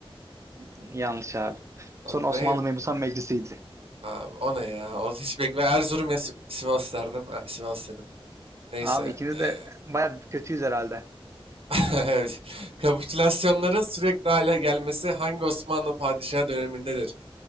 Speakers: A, on the right; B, on the right.
A: Yanlış abi.
B: Lan
A: Son Osmanlı
B: Ne?
A: Mebusan Meclisi'ydi.
B: Abi, o ne ya? O hiç bekle. Erzurum ya Si- Sivas derdim. E, Sivas dedim. Neyse.
A: Abi ikimiz
B: eee,
A: de baya kötüyüz herhalde.
B: <laughs> Kapitülasyonların sürekli hale gelmesi hangi Osmanlı padişahı dönemindedir?